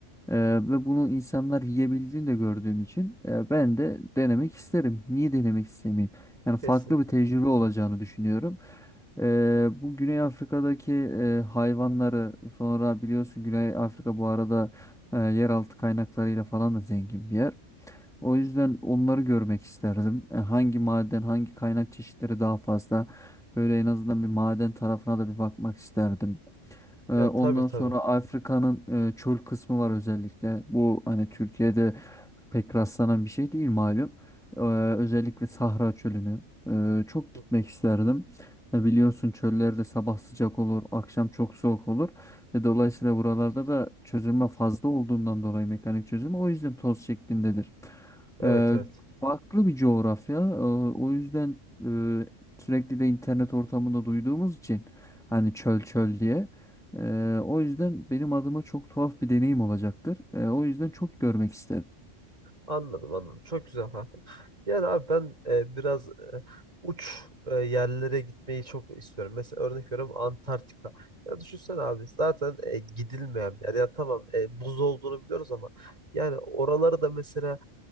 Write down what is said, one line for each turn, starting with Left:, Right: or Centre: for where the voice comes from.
Centre: e, ve bunu insanlar yiyebildiğini de gördüğüm için e, ben de denemek isterim. Niye denemek istemeyeyim? Yani farklı
Right: Kesinlikle.
Centre: bir tecrübe olacağını düşünüyorum. Eee, bu Güney Afrika'daki eee, hayvanları sonra biliyorsun Güney Afrika bu arada eee, yeraltı kaynaklarıyla falan da zengin bir yer. O yüzden onları görmek isterdim. E, hangi maden, hangi kaynak çeşitleri daha fazla? Böyle en azından bir maden tarafına da bir bakmak isterdim. Eee,
Right: Ya
Centre: ondan
Right: tabii tabii.
Centre: sonra Afrika'nın eee, çöl kısmı var özellikle. Bu hani Türkiye'de pek rastlanan bir şey değil malum. Ee, özellikle Sahra Çölü'nü e, çok
Right: Hı
Centre: gitmek
Right: hı.
Centre: isterdim. E, biliyorsun çöllerde sabah sıcak olur, akşam çok soğuk olur ve dolayısıyla buralarda da çözülme fazla olduğundan dolayı mekanik çözülme o yüzden toz şeklindedir.
Right: Evet
Centre: Ee,
Right: evet.
Centre: farklı bir coğrafya. Ee, o yüzden e, sürekli de internet ortamında duyduğumuz için hani çöl çöl diye. Ee, o yüzden benim adıma çok tuhaf bir deneyim olacaktır. Ee, o yüzden çok görmek isterim.
Right: Anladım anladım. Çok güzel kanka. Yani abi ben e, biraz e, uç e, yerlere gitmeyi çok istiyorum. Mesela örnek veriyorum Antarktika. Ya düşünsene abi zaten e, gidilmeyen bir yer. Ya tamam e, buz olduğunu biliyoruz ama yani oraları da mesela